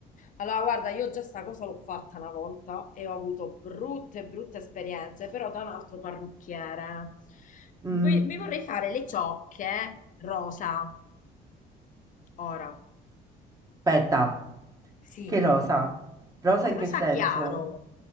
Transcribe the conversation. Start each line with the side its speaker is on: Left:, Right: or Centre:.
Left: Allora, guarda, io già sta cosa l'ho fatta una volta e ho avuto brutte, brutte esperienze, però da un altro parrucchiere.
Right: Mm,
Left: Vi- Mi vorrei fare le ciocche rosa, ora.
Right: aspetta,
Left: Sì,
Right: che rosa? Rosa
Left: un
Right: in
Left: rosa
Right: che senso?
Left: chiaro,